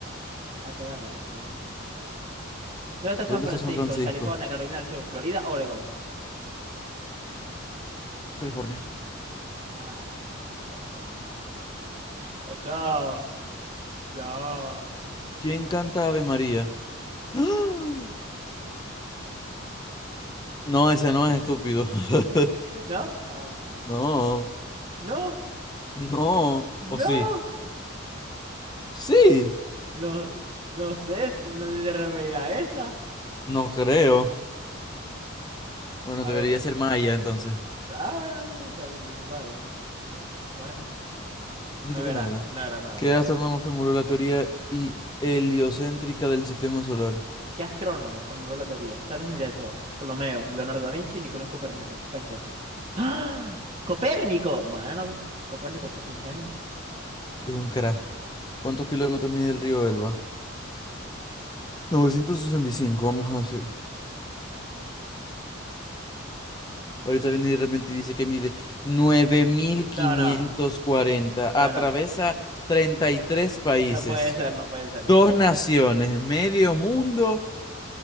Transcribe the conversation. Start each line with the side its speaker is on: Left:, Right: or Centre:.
Right: Deja de pegarla, por favor. ¿Dónde está San
Left: ¿Dónde
Right: Francisco?
Left: está San Francisco?
Right: En California, Carolina del Sur, Florida, Oregón.
Left: California.
Right: Ah, no puede ser. Exacto. Ya.
Left: ¿Quién canta Ave María? <gasps> ¡Ah! No, ese no es estúpido. <laughs>
Right: ¿No? Ah.
Left: No,
Right: No,
Left: no.
Right: no,
Left: ¿O sí? Sí,
Right: no, no sé, s- no sé si se referirá a esa.
Left: no creo. Bueno,
Right: A
Left: debería
Right: ver,
Left: ser Maya entonces.
Right: ah, David Bisbal. Bueno,
Left: ¿Viste
Right: no
Left: que
Right: era,
Left: no era?
Right: no era, no era,
Left: que
Right: no era.
Left: astrónomo formuló la teoría hi- heliocéntrica del sistema solar?
Right: ¿Qué astrónomo formuló la teoría? Tales Mileto, Ptolomeo, Leonardo da Vinci, Nicolás Copérnico. Este. ¡Ah! Copérnico. Bueno, Copérnico, sos un genio.
Left: Es un crack. ¿Cuántos kilómetros mide el río Elba? Novecientos sesenta y cinco. vamos a decir. Ahorita viene y de repente y dice que mide nueve mil quinientos
Right: No, no,
Left: cuarenta.
Right: no,
Left: Atraviesa
Right: no.
Left: 33 países,
Right: No puede ser, no puede ser, no
Left: dos
Right: puede
Left: naciones,
Right: ser.
Left: medio mundo.